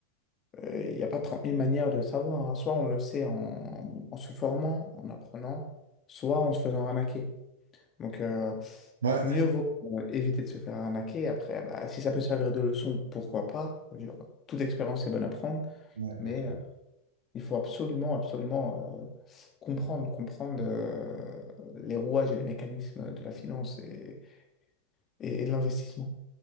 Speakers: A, on the left; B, on the right.
A: Il n'y a pas trente mille manières de savoir. hein. Soit on le sait en, en se formant, en apprenant, soit en se faisant arnaquer. Donc, euh,
B: ouais.
A: mieux vaut euh, éviter de se faire arnaquer. Après, bah, si ça peut servir de leçon, pourquoi pas? Je veux dire, toute expérience est bonne à prendre,
B: Ouais, ouais,
A: mais
B: clairement.
A: euh, il faut absolument, absolument euh, comprendre, comprendre euh, les rouages et les mécanismes de la finance et, et- et de l'investissement.